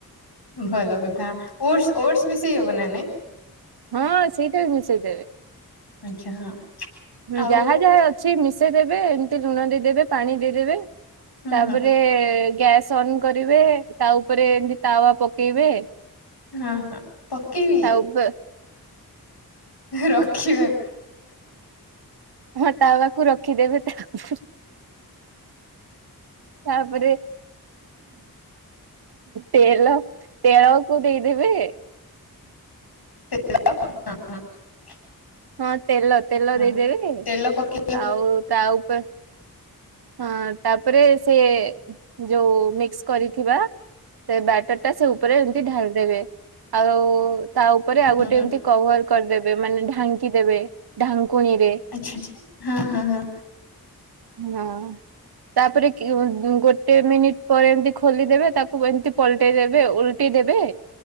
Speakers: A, on the left; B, on the right.
A: ଭଲ କଥା, ଓଟସ ଓତସ ମିଶେଇ ହବ ନା ନାଇଁ?
B: ହଁ ସେଇଟା ବି ମିଶେଇଦବେ
A: ଆଚ୍ଛା ହଁ ଆଉ
B: ଯାହା
A: ହୁଁ
B: ଯାହା ଅଛି ମିଶ ଦେବେ ଏମିତି ଲୁଣ ଦେଇଦେବେ ପାଣି ଦେଇଦେବେ।
A: ହୁଁ
B: ତାପରେ। ଗ୍ୟାସ୍ ଅନ୍ କରିବେ ତା ଉପରେ ଏମିତି ତାୱା ପକେଇବେ।
A: ହଁ ହ ପକି ବି।
B: ତା ଉପ
A: ରଖିବା।
B: ହଁ ତା ପାଖକୁ ରଖିଦେବେ ତାପରେ ତାପରେ। ତେଲ ତେଲ। ତାକୁ ଦେଇଦେବେ।
A: <unintelligible>
B: ହଁ ତେଲ ତେଲ
A: ହଁ
B: ଦେଇଦେବେ
A: ତେଲ ପକେଇ
B: ଆଉ ତା ଉପରେ ହଁ ତାପରେ ସେ ଯେଉଁ ମିକ୍ସ କରିଥିବା ସେ ବ୍ୟାଟରଟା ସେ ଉପରେ ଏମିତି ଢାଳି ଦେବେ ଆଉ ତା ଉପରେ ଆଉ
A: ହୁଁ
B: ଗୋଟେ
A: ହୁଁ
B: ଏମିତି କଭର କରିଦେବେ ମାନେ ଥ୍ୟାଙ୍କ। ଦେବେ ଢାଙ୍କୁଣୀରେ
A: ଆଚ୍ଛା ଆଚ୍ଛା ହଁ ହଁ ହଁ
B: ହଁ ତାପରେ ଗୋଟେ ଗୋ ମିନିଟ ପରେ ଏମିତି ଖୋଲିଦେବେ ତାକୁ ଏମିତି ପଲଟେଇ ଦେବେ ଓଲଟିେଇ ଦେବେ।